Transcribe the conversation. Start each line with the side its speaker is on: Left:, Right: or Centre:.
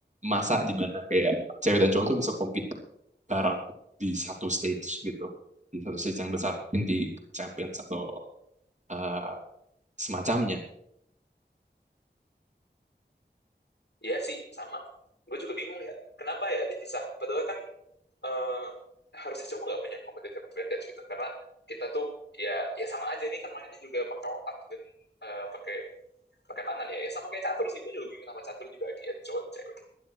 Right: masa di mana kayak cewek dan cowok tuh bisa compete bareng di satu stage gitu di satu stage yang besar mungkin di Champions atau eh, semacamnya
Left: Iya sih, sama. Gue juga bingung ya. Kenapa ya dipisah? Padahal kan eh, harusnya cowok nggak punya competitive advantage gitu karena kita tuh ya ya sama aja ini kan mainnya juga pakai otak dan eh, pakai pakai tangan ya ya sama kayak catur sih gue juga bingung sama catur dibagi ya cowok dan cewek